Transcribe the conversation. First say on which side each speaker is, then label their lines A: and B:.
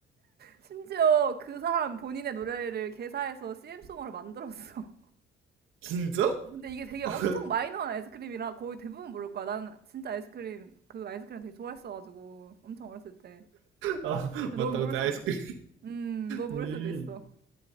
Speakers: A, on the right (about 55°); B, on the right (about 85°).
A: 심지어 그 사람 본인의 노래를 개사해서 CM송으로 만들었어.
B: 진짜?
A: 근데 이게 되게 엄청
B: <laughs>
A: 마이너한 아이스크림이라 거의 대부분 모를 거야. 나는 진짜 아이스크림, 그 아이스크림 되게 좋아했어가지고. 엄청 어렸을 때.
B: 아,
A: 넌
B: 맞다.
A: 모를
B: 그때
A: 수도
B: 아이스크림
A: 있어. 음, 넌 모를
B: 음.
A: 수도 있어.